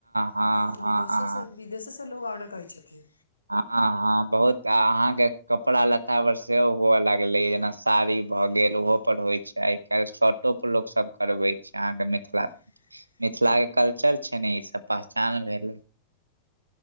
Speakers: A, on the right; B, on the left.
A: हँ
B: विदो
A: हँ
B: विदोेसँ
A: हँ
B: विदेसेसँ लोक ऑर्डर करै छथि
A: हँ हँ बहुत अहाँकेँ कपड़ा लत्ता पर सेहो हुअ लगलैय जेना साड़ी भऽ गेल ओहो पर होइ छै आइ काइल शर्टो पर लोक सब करबे छै अहाँकेँ मिथिला
B: <inaudible>
A: मिथिला केँ कल्चर छै नऽ ई सब पहचान भेलै